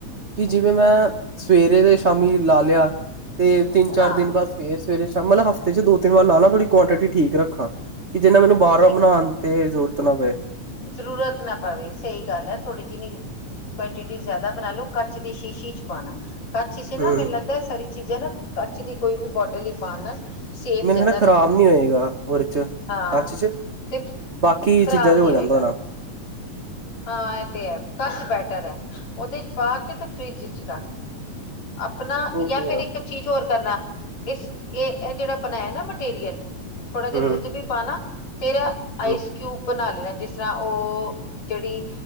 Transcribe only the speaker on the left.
ਹੂੰ
ਹਾਂ
ਤੁਸੀਂ
ਜ਼ਰੂਰਤ ਨਾ ਪਵੇ ਸਹੀ ਗੱਲ ਹੈ ਥੋੜ੍ਹੀ ਜਿਨੀ ਕੁਆਂਟਿਟੀ ਜ਼ਿਆਦਾ ਬਣਾ ਲਓ ਕਛ ਦੀ ਸ਼ੀਸ਼ੀ 'ਚ ਪਾਉਣਾ ਕਛ 'ਚ ਨਾ
ਮੈਨੂੰ ਲੱਗਦਾ ਇਹ ਸਾਰੀ ਚੀਜ਼ਾਂ ਨਾ ਕਚ ਦੀ ਕੋਈ ਵੀ ਬੋਟਲ ਹੀ ਪਾਉਣ ਨਾਲ ਸੇਫ
ਜ਼ਿਆਦਾ
ਰਹਿੰਦੀ
ਹੈ
ਹਾਂ।
ਤੇ
ਖਰਾਬ
ਨੀ
ਹੋਏਗਾ।
ਹਾਂ ਇਹ ਤੇ ਹੈ ਕਚ ਬੈਟਰ ਹੈ ਉਹਦੇ 'ਚ ਪਾ ਕੇ ਤੇ ਫਰਿਜ 'ਚ ਰੱਖ ਆਪਣਾ
ਜਾਂ
ਫਿਰ ਇੱਕ
ਚੀਜ਼ ਹੋਰ ਕਰਨਾ ਇਸ ਇਹ- ਇਹ ਜਿਹੜਾ ਬਣਾਇਆ ਨਾ ਮਟੀਰੀਅਲ ਥੋੜਾ ਜਿਹਾ
ਦੁੱਧ ਵੀ ਪਾਣਾ ਤੇ ਆਈਸਕਊਬ
ਬਣਾ ਲੈਣਾ ਜਿਸ ਤਰ੍ਹਾਂ ਉਹ ਜਿਹੜੀ